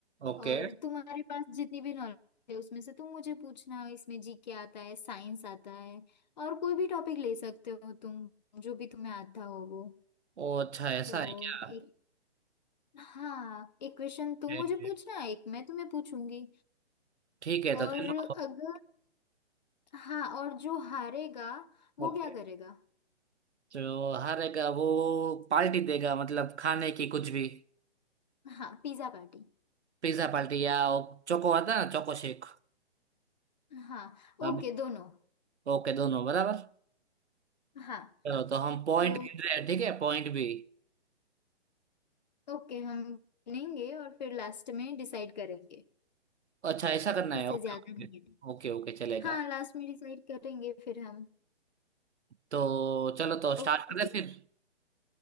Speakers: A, on the right (about 80°); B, on the left (about 40°).
A: ओके
B: और तुम्हारे पास जितनी भी नॉलेज है उसमें से तुम मुझे पूछना इसमें जीके आता है साइंस आता है और कोई भी टॉपिक ले सकते हो तुम जो भी तुम्हें आता हो वो
A: ओ अच्छा ऐसा
B: तो
A: है क्या
B: एक हाँ एक क्वेश्चन तुम
A: ए,
B: मुझे पूछना एक मैं तुम्हें पूछूंगी
A: ठीक है
B: और
A: तो चलो
B: अगर हाँ और जो हारेगा वो
A: ओके
B: क्या करेगा
A: तो हारेगा वो पार्टी देगा मतलब खाने की कुछ भी
B: हाँ पिज्जा पार्टी
A: पिज्जा पार्टी या वो चोको आता है ना चोको शेक
B: हाँ
A: हाँ
B: ओके दोनों
A: ओके दोनों बराबर
B: हाँ
A: चलो तो हम पॉइंट
B: तो
A: गिन रहे हैं ठीक है पॉइंट भी
B: ओके हम गिनेंगे और फिर लास्ट में डिसाइड करेंगे
A: अच्छा ऐसा करना
B: किससे
A: है Okay
B: ज्यादा
A: okay
B: नहीं है
A: ओके ओके चलेगा
B: हाँ लास्ट में डिसाइड करेंगे फिर हम
A: तो चलो तो स्टार्ट
B: ओके
A: करें फिर